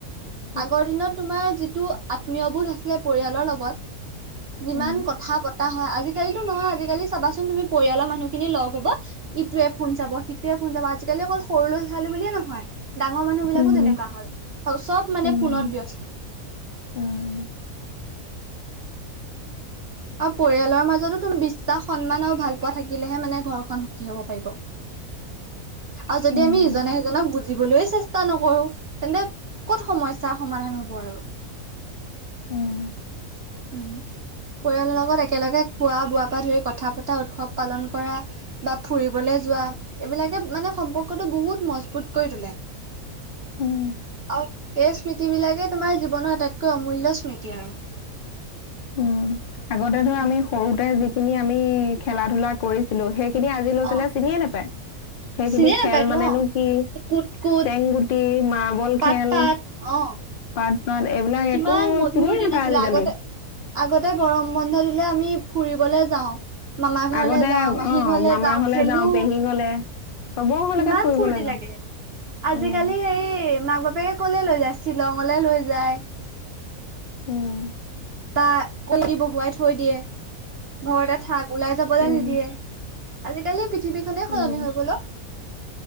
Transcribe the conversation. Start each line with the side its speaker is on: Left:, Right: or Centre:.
Left: হয়।
Right: আগৰ দিনত তোমাৰ যিটো আত্মীয়বোধ আছিলে পৰিয়ালৰ লগত যিমান
Left: উম।
Right: কথা পতা হয় আজি-কালি নহয় আজি-কালি চাবাচোন তুমি পৰিয়ালৰ মানুহ খিনি লগ হ'ব ইটোৱে ফোন চাব, সিটোৱে ফোন চাব আজি-কালি অকল সৰু লৰা-ছোৱালী বুলিয়ে নহয় ডাঙৰ মানুহ বিলাকো
Left: উম
Right: তেনেকুৱা হল চব। মানে
Left: উম',
Right: ফোনত ব্যস্ত
Left: উম'।
Right: আৰু পৰিয়ালৰ মাজতো তোমাৰ,, বিশ্বাস, সন্মান আৰু ভাল পোৱা থাকিলেহে মানে ঘৰখন সুখী হব পাৰিব। আৰু যদি
Left: উম
Right: আমি ইজনা- সিজনক বুজি জিবলৈ চেষ্টা নকৰো তেন্তে ক'ত সমস্যা সমাধান হব আৰু।
Left: উম'
Right: উম' পৰিয়ালৰ লগত একেলগে খোৱা-বোৱাৰ পৰা ধৰি কথা পতা উৎসৱ পালন কৰা বা ফুৰিবলৈ যোৱা এইবিলাকে মানে সম্পৰ্কটো বহুত মজবুত কৰি তোলে। <unintelligible>
Left: উম'
Right: আৰু এই স্মৃতি বিলাকে তোমাৰ জীৱনৰ আটাইতকৈ অমূল্য় স্মৃতি আৰু।
Left: উম আগতে ধৰ
Right: উম
Left: আমি সৰুতে যিখিনি আমি খেলা-ধূলা কৰিছ ো সেইখিনি আজি ল'ৰা-ছোৱালীয়ে
Right: অ
Left: চিনিয়ে নোপায়, সেইখিনি
Right: চিনিয়ে নাপায়তো
Left: খেল মানেনো
Right: অ
Left: কি?
Right: কুট কুট
Left: চেংগুটি, মাৰ্বল
Right: পাত
Left: খেল,
Right: পাত অ
Left: পাত নহ এইবিলাক
Right: কিমান
Left: একো
Right: মধুৰ
Left: চিনিয়ে নাপায়
Right: দিন আছিলে
Left: আজি-কালি
Right: আগতে আগতে গৰম বন্ধ দিলে আমি ফুৰিবলৈ যাওঁ। মামা ঘৰলৈ
Left: আগতে
Right: যাওঁ, মাহী
Left: অ
Right: ঘৰলৈ
Left: মামাৰ
Right: যাওঁ,
Left: ঘৰলে
Right: খেলো।
Left: পেহী ঘৰলে চবৰ ঘৰলৈকে
Right: কিমান
Left: ফুৰিবলৈ
Right: ফূুৰ্তি
Left: যাওঁ।
Right: লাগে। আজি-কালি
Left: উম
Right: হেৰি মাক-বাপেক লৈ যায় শ্বিলংলে লৈ যায়।
Left: উম
Right: বা কণ দি বহুৱাই থৈ দিয়ে ঘৰতে থাক ওলাই যাবলৈ
Left: উম
Right: নিদিয়ে আজিকালি পৃথিৱী কনে
Left: উম
Right: সলনি হৈ গল